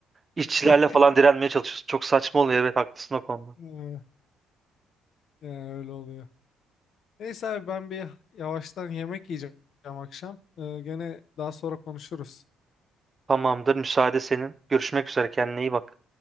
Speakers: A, on the right; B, on the left.
A: İşçilerle
B: <laughs>
A: falan direnmeye çalışıyorsun. Çok saçma oluyor evet haklısın o konuda.
B: yani öyle oluyor. Neyse abi ben bir yavaştan yemek yiyeceğim akşam. Ee, gene daha sonra konuşuruz.
A: Tamamdır müsaade senin. Görüşmek üzere kendine iyi bak.